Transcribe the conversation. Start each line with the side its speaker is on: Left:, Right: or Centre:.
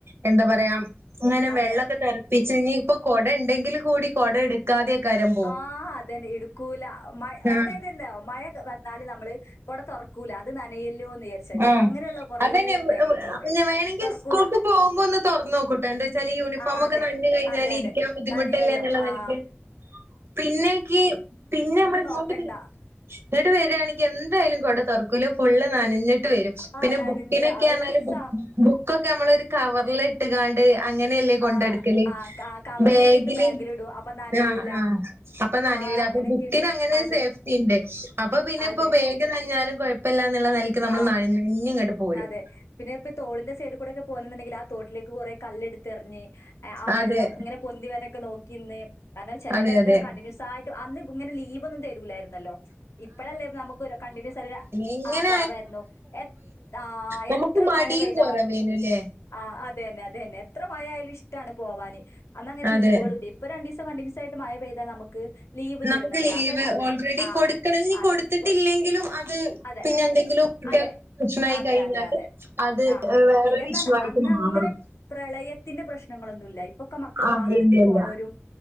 Right: എന്താ പറയാ ഇങ്ങനെ
Left: അതെ
Right: വെള്ളക്കെ തെറി പ്പിച്ച് ഇനിപ്പൊ കൊട ഇണ്ടെങ്കിൽ കൂടി കൊട എടു ക്കാതെകാരം
Left: ആഹ് അതന്നെ എടുക്കൂല മഴ
Right: ആഹ്
Left: അതായതല്ലാ മഴ നാല്ല് നമ്മള് കൊട തൊറക്കൂല്ല അത് നനയൂല്ലോന്ന് വിയാരി ചിട്ട്
Right: ആഹ്
Left: അങ്ങനെയുള്ള കൊറെ
Right: അതന്നെ
Left: ഇത് ഇണ്ടായിന് എനിക്കൊക്കെ
Right: പിന്നെ വേണെങ്കി
Left: തൊറക്കൂല്ല
Right: സ്കൂൾക്ക് പോകുമ്പോ ഒന്ന് തൊറന്നോക്കൂട്ടോ എന്താച്ചാല് യൂണിഫോമൊക്കെ
Left: ആഹ് അതെ
Right: നനഞ്ഞ് കഴിഞ്ഞാല്
Left: അതെ അതെ
Right: ഇരിക്കാൻ ബുദ്ധിമുട്ടല്ലേ
Left: നനയൂല്ലോ
Right: എന്നുള്ള
Left: ആഹ്
Right: നെലക്ക് പിന്നേക്ക് പിന്നെ നമ്മള് ഇങ്ങോട്ട്
Left: നോക്കണ്ട.
Right: വരും ഇങ്ങട്ട് വര്വാണെങ്കി എന്തായാലും കൊട തൊറക്കൂലോ ഫുള്ള് നനഞ്ഞ് വരും
Left: ആഹ്
Right: പിന്നെ
Left: നനഞ്ഞ്
Right: ബുക്കിനൊക്കെ
Left: അത്
Right: ആണെൽ
Left: രസാ.
Right: ബുക്കൊക്കെ നമ്മള് ഒരു കവറിൽ ഇട്ട്ങ്ങാണ്ട് അങ്ങനെയല്ലേ കൊണ്ട്
Left: ആഹ്
Right: നടക്കല്ല്
Left: ആഹ് ക കവറിലിട്ടിട്ട്
Right: ബാഗില്ല്
Left: ബാഗിലിടും. അപ്പൊ നനയൂല.
Right: ആഹ് ആഹ് അപ്പ നനയൂല
Left: ആഹ് അങ്ങനൊക്കെയിണ്ട്.
Right: ബു ബുക്കിന് അങ്ങനൊരു
Left: അതെ
Right: സേഫ്റ്റി ഇണ്ട് അപ്പൊ പിന്നെ
Left: അതെ
Right: ഇപ്പോ ബാഗ് ഗ് നനഞ്ഞാലും കൊഴപ്പല്ല എന്നുള്ള നെലയ്ക്ക് നമ്മള്
Left: ആഹ്
Right: നനഞ്ഞ് ഇങ്ങട് പോരും
Left: അതെ. പിന്നെ ഇപ്പ ഈ തോടിന്റെ സൈഡി കൂടെയൊക്കെ പോരണെന്നുണ്ടെങ്കില് ആ തോട്ടിലേക്ക് കൊറെ കല്ലെടുത്ത് എറിഞ്ഞ് ആ
Right: അതെ
Left: വെള്ളം ഇങ്ങനെ പൊന്തി വരണേക്കെ നോക്കി നിന്ന് കാരണം ചെല
Right: അതെ
Left: ടൈമില്
Right: അതെ
Left: കണ്ടിന്യൂസായിട്ട് അന്നിങ്ങനെ ലീവ് ഒന്നും തരൂലാർ ന്നല്ലോ ഇപ്പഴല്ലേ നമുക്ക് ഒരു കണ്ടിന്യൂസ് <unintelligible>
Right: ഇങ്ങന്
Left: കൊറവായിരുന്നു എത് ആഹ്
Right: നമുക്ക്
Left: എത്ര
Right: മടിയും
Left: മഴ പെയ്താലും
Right: കുറവേനുല്ലേ
Left: ആഹ് അതന്നെ അതന്നെ എത്ര മഴ ആയാലും ഇഷ്ട്ടാണ് പോവാന് അന്ന് അങ്ങനെ
Right: അതെ
Left: ലീവുകളും ഇല്ലേ ഇപ്പൊ രണ്ടീസം കണ്ടിന്യൂസ് സായിട്ട് മഴ പെയ്താ നമുക്ക് ലീവ്
Right: നമുക്ക്
Left: തരുന്നുണ്ടല്ലോ
Right: ലീവ്
Left: അതൊക്കെ നല്ല
Right: ഓൾറെഡി
Left: ആഹ്
Right: കൊടുക്കണം ഇനി
Left: അതെ
Right: കൊടുത്തിട്ടില്ലെങ്കിലും
Left: പോ
Right: അത്
Left: അതെ
Right: പിന്നെ എന്തെങ്കിലും കുട്ടികൾക്ക്
Left: അതെ
Right: പ്രശ്നമായി
Left: അതെ
Right: കഴിഞ്ഞാല്
Left: അതെ അതെ
Right: അത്
Left: ആഹ്
Right: ഏഹ് വേറൊരു
Left: പിന്നേന്ന്
Right: ഇഷ്യൂ
Left: പറഞ്ഞാ
Right: ആയിട്ട്
Left: അന്ന്
Right: മാറും
Left: അങ്ങനെ പ്രളയത്തിന്റെ പ്രശ്നങ്ങളൊന്നുല്ലാ ഇ ഇപ്പൊക്കെ മക്കള്
Right: ആഹ്
Left: വാഹനത്തിൽ
Right: ഇല്ല
Left: പോണവരും
Right: ഇല്ല